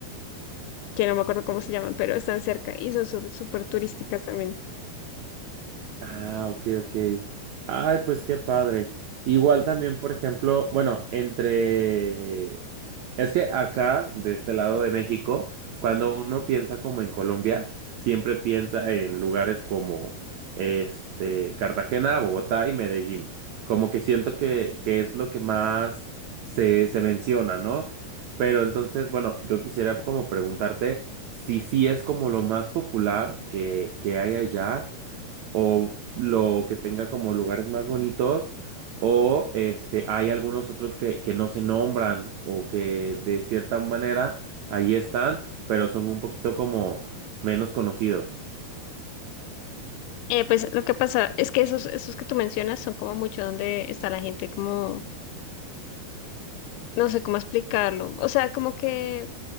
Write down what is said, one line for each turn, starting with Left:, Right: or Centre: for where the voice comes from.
Left: que no me acuerdo cómo se llaman, pero están cerca y son sur- súper turísticas también.
Right: Ah, ok, ok. Ay, pues qué padre. Igual también, por ejemplo, bueno, entre... Es que acá, de este lado de México, cuando uno piensa como en Colombia, siempre piensa en lugares como, este, Cartagena, Bogotá y Medellín. Como que siento que, que es lo que más se, se menciona, ¿no? Pero entonces, bueno, yo quisiera como preguntarte si sí es como lo más popular que, que hay allá o lo que tenga como lugares más bonitos, o este, hay algunos otros que, que no se nombran o que de cierta manera ahí están, pero son un poquito como menos conocidos.
Left: Eh, pues lo que pasa es que esos, esos que tú mencionas son como mucho donde está la gente, como no sé cómo explicarlo, o sea, como que